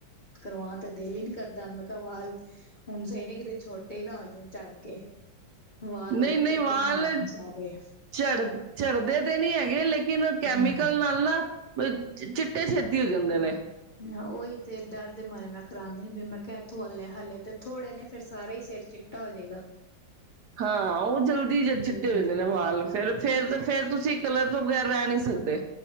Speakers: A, on the left; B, on the right.
A: ਕਰਵਾਉਣ ਤੇ ਦਿਲ ਹੀ ਨੀ ਕਰਦਾ ਮੈਂ ਕਿਹਾ ਵਾਲ ਹੁਣ ਸਹੀ ਨੇ ਕਿਤੇ ਛੋਟੇ ਨਾ ਹੋ ਜਾਣ ਝੜ੍ਹ ਕੇ ਵਾਲ
B: ਨਹੀਂ
A: ਹੋਰ
B: ਨਹੀਂ
A: ਚਿੱਟੇ
B: ਵਾਲ
A: ਨਾ ਹੋ ਜਾਣ ਸਾਰੇ
B: ਝੜ ਝੜ੍ਹਦੇ ਤੇ ਨਹੀਂ ਹੈਗੇ ਲੇਕਿਨ ਕੈਮੀਕਲ
A: ਹਮ
B: ਨਾਲ ਨਾ ਚਿੱਟੇ ਛੇਤੀ ਹੋ ਜਾਂਦੇ ਨੇ
A: ਹ ਉਹੀ ਤੇ ਡਰ ਦੇ ਮਾਰੇ ਮੈਂ ਕਰਾਉਂਦੀ ਨਹੀਂ ਪਈ ਮੈਂ ਕਿਹਾ ਇਥੋਂ ਹਾਲੇ ਹਾਲੇ ਤੇ ਥੋੜੇ ਨੇ ਫੇਰ ਸਾਰਾ ਹੀ ਸਿਰ ਚਿੱਟਾ ਹੋ ਜਾਏਗਾ
B: ਹਾਂ ਉਹ ਜਲਦੀ ਜ
A: ਹੂੰ।
B: ਚਿੱਟੇ ਹੋ ਜਾਂਦੇ ਨੇ ਵਾਲ ਫੇਰ ਫੇਰ ਫੇਰ ਤੁਸੀਂ ਕਲਰ ਤੋਂ ਬਗ਼ੈਰ ਰਹਿ ਨਹੀਂ ਸਕਦੇ